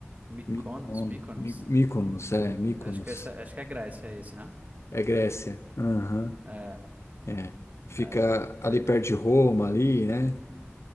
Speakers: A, on the right; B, on the left.
A: Mykonos,
B: Micon,
A: Mykonos.
B: Mi- Mykonos, é, Mykonos.
A: Eu Acho que, essa, acho que é Grécia esse, né?
B: É Grécia. Aham.
A: É,
B: É. Fica
A: é, esse.
B: ali
A: é,
B: perto de Roma, ali, né?